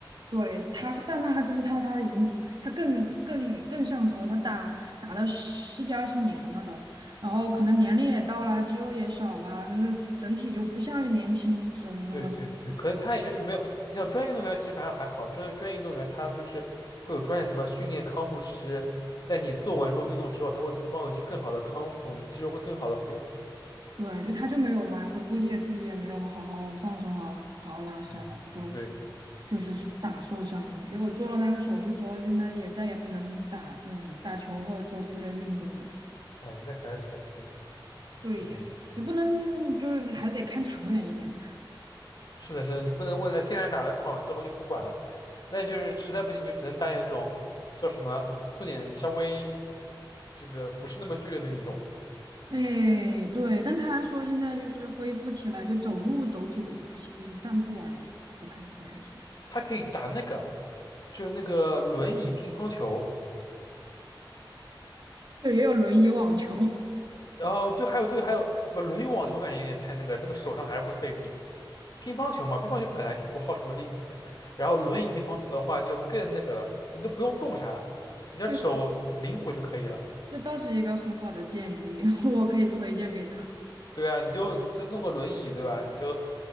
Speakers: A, on the right (about 60°); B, on the left (about 55°).
A: 对她，但她就是她，她已经她更更更上头，她打打了十几二十年了都，然后可能年龄也到了，肌肉也少了，那整体就不像年轻的时候那么。
B: 对对对，可能他也就是没有，你像专业运动员其实反而还好，专业专业运动员他就是会有专业什么训练康复师，在你做完这种运动之后，他会帮你去更好的康复，你的肌肉会更好的恢复。
A: 对，就他就没有嘛，可估计也自己也没有好好放松啊，好好好好拉伸，
B: 嗯，
A: 然后就
B: 对。
A: 就是打受伤了。结果做了那个手术之后，现在也再也不能打这种打球或者做剧烈运动了。
B: 哎，那还是可惜了。
A: 对呀，
B: 嗯，
A: 你不能就是还得看长远一点。
B: 是的，是的，你不能为了现在打的爽，之后就不管了。那就是实在不行，你就只能搭点这种叫什么，做点稍微这个不是那么剧烈的运动。
A: 哎，对，但他说现在就是恢复起来，就走路走久了都不行，就是散步而已都不太不太行。
B: 他可以打那个，就那个轮椅乒乓球。
A: 对，也有轮椅网球，<laughs>
B: 哦，对，还有对，还有不轮椅网球，我感觉有点太那个，那个手上还是会费力。乒乓球嘛，乒乓球本来就不耗什么力气，然后轮椅乒乓球的话就更那个了，你都不用动啥，
A: 这
B: 你只要手灵活就可以了。
A: 这倒是一个很好的建议，我可以推荐给他。
B: 对啊，你就你就弄个轮椅，对吧？你就